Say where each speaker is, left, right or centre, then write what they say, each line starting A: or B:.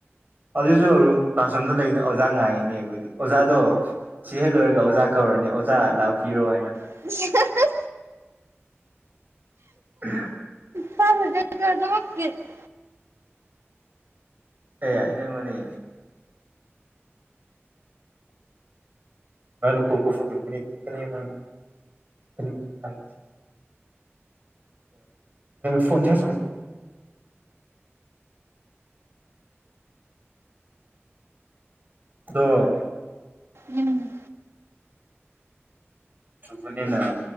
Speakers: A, on the right; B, on the right.
A: ꯑꯗꯨꯁꯨ ꯔꯨꯝ ꯀ꯭ꯂꯥꯁꯔꯨꯝꯗ ꯂꯩꯔꯤꯅꯤ ꯑꯣꯖꯥ ꯉꯥꯏꯔꯤꯅꯦ ꯑꯩꯈꯣꯏꯗꯤ ꯑꯣꯖꯥꯗꯣ ꯁꯤ ꯍꯦꯛ ꯂꯣꯏꯔꯒ ꯑꯣꯖꯥ ꯀꯧꯔꯅꯤ ꯑꯣꯖꯥ ꯂꯥꯛꯄꯤꯔꯣ ꯍꯥꯏꯅ
B: <unintelligible>
A: <unintelligible>
B: ꯐꯕ <unintelligible> ꯖꯔꯗꯕꯦ <unintelligible>
A: ꯑꯦ ꯑꯁꯦꯡꯕꯅꯤ ꯃꯣ ꯀ ꯐ <unintelligible> ꯐꯣꯟꯣꯟ ꯆ ꯁ <unintelligible> ꯑꯗꫭ
B: ꯎꯝ
A: ꯆꯨꯕꯅꯤꯅ